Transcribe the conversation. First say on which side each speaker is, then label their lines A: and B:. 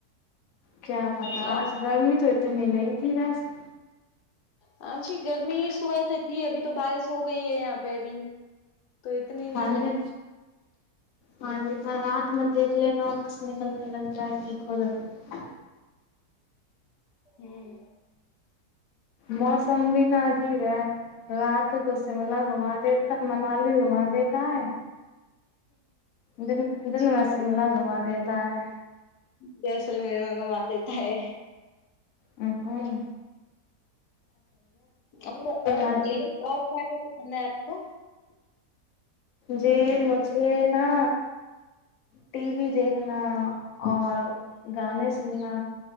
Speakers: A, on the left; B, on the left.
A: کیا پتا
B: اور
A: آج گرمی تو اتنی نہیں تھی ویسے
B: ہاں جی گرمی صبح سے تھی ابھی تو بارش ہو گئی ہے یہاں پہ ابھی تو اتنی نہیں
A: ہاں
B: لگ
A: جی ہاں جی پر ہاتھ میں نے دیکھ لینا امواس نکل جائے گی ٹھیک ہوگیے
B: ہوں
A: موسم بھی نہ عجیب ہے رات کو شملہ گھوما دیتا منالی گھوما دیتا ہے دن
B: جی
A: دن واسی ملا گھوما دیتا ہے
B: جی اصل میں میرے کو گھوما دیتا ہے
A: اں ہوں
B: اور اور
A: آج
B: ایک اور کیا کیا پسند ہے آپ کو
A: جی مجھے نا ٹی وی دیکھنا اور گانے سننا